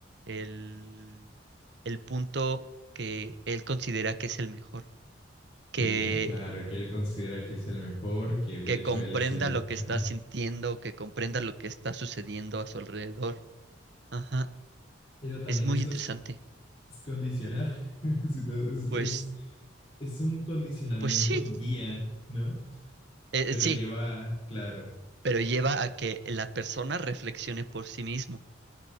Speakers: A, on the right; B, on the left.
A: el, el punto que él considera que es el mejor, que,
B: Que él, que- claro, que él considera que es el mejor, que de
A: que
B: hecho
A: comprenda
B: él es el.
A: lo que
B: Ajá.
A: está sintiendo, que comprenda lo que está sucediendo a su alrededor. Ajá,
B: Pero también
A: es muy
B: eso
A: interesante.
B: es, es condicionar. <laughs> Si te- Es,
A: Pues,
B: es, es un condicionamiento
A: pues sí,
B: guía, ¿no?
A: eh,
B: Pero
A: sí,
B: lleva, claro.
A: pero lleva a que la persona reflexione por sí mismo.